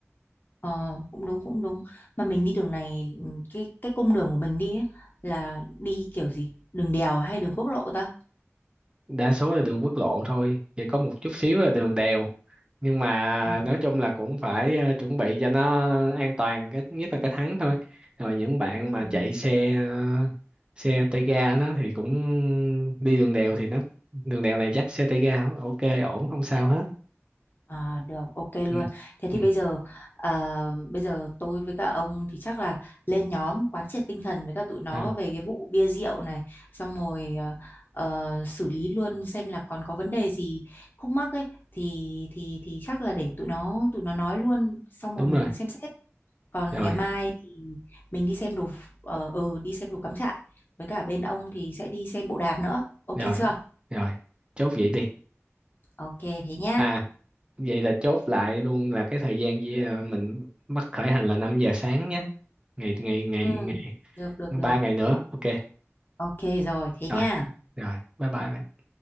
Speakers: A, on the left; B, on the right.
A: Ờ cũng đúng cũng đúng. Mà mình đi đường này ừ, cái cái cung đường của mình đi ấy, là đi kiểu gì? Đường đèo hay đường quốc lộ ta?
B: đa số là đường quốc lộ thôi chỉ có một chút xíu là đường đèo nhưng mà
A: Ừ,
B: nói chung là cũng phải ờ, chuẩn bị cho nó an toàn cái nhất là cái thắng thôi rồi những bạn mà
A: ừ.
B: chạy xe ờ, xe tay ga đó thì cũng đi đường đèo thì nó đường đèo này dắt xe tay ga ok ổn không sao hết
A: À, được ok luôn
B: ừ,
A: thế thì
B: ừ,
A: bây giờ à, bây giờ tôi với các ông thì chắc là lên nhóm quán triệt tinh thần với cả tụi nó
B: ừ
A: về cái vụ bia rượu này xong rồi ờ, ờ, xử lý luôn xem là còn có vấn đề gì khúc mắc ấy thì thì thì chắc là để tụi nó tụi nó nói luôn xong
B: đúng
A: rồi mình
B: rồi
A: xem xét còn
B: rồi
A: ngày mai thì mình đi xem đồ ph- ờ ừ, đi xem đồ cắm trại với cả bên ông thì sẽ đi xem bộ đàm nữa ok
B: rồi
A: chưa
B: rồi chốt vậy đi
A: ok thế nhá
B: à vậy là chốt lại luôn là cái thời gian với ờ, mình bắt khởi hành là 5 giờ sáng nhé ngày ngày ngày
A: Ừ, được được
B: ngày
A: được.
B: ba ngày nữa ok
A: Ok rồi, thế
B: rồi
A: nha.
B: rồi bye bye bạn.